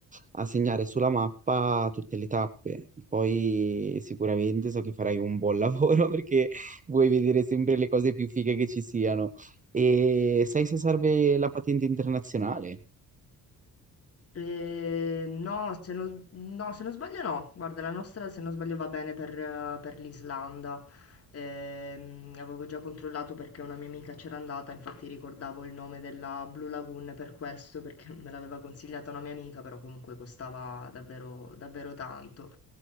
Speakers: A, on the right; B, on the left.
A: a segnare sulla mappa tutte le tappe. Poi sicuramente so che farai un buon lavoro <laughs> perché vuoi vedere sempre le cose più fighe che ci siano. E sai se serve la patente internazionale?
B: Eh, no, se non, s- no, se non sbaglio no. Guarda, la nostra se non sbaglio va bene per, eh, per l'Islanda. Ehm, avevo già controllato perché una mia amica c'era andata, infatti ricordavo il nome della Blue Lagoon per questo, perché <laughs> me l'aveva consigliata una mia amica, però comunque costava davvero, davvero tanto.